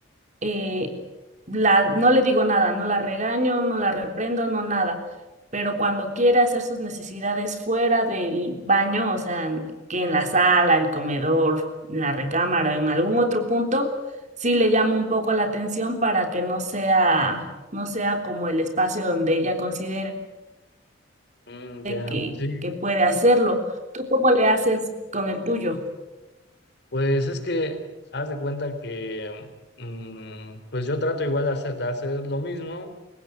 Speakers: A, on the right (about 40°); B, on the left (about 60°).
A: eh, la, no le digo nada, no la regaño, no la reprendo, no nada, pero cuando quiere hacer sus necesidades fuera del baño, o sea, en- que en la sala, el comedor, en la recámara, en algún otro punto, sí le llamo un poco la atención para que no sea, no sea como el espacio donde ella considere
B: Mm, ya,
A: que,
B: sí.
A: que puede
B: Pues,
A: hacerlo. ¿Tú cómo le haces con el tuyo?
B: pues es que haz de cuenta que mm, pues yo trato igual de hacer, de hacer lo mismo